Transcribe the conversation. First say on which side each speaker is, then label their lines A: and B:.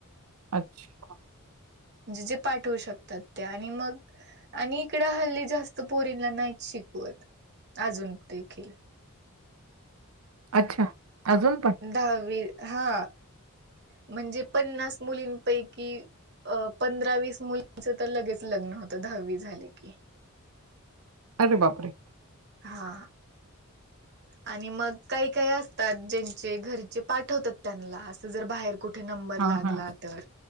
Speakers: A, on the right; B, on the right.
A: आच्छा
B: जे जे पाठवू शकतात ते आणि मग आणि इकडं हल्ली जास्त पोरीनला ना नाही शिकवत अजून देखील
A: अच्छा. अजून पण?
B: दहावी हा म्हणजे पन्नास मुलींपैकी अ पंधरा वीस मुलींचं तर लगेच लग्न होतं दहावी झाली की,
A: अरे बापरे!
B: हा आणि मग काही काही असतात ज्यांचे घरचे पाठवतात त्यांना अस जर बाहेर कुठ कुठे नंबर
A: हां,
B: लागला
A: हां.
B: तर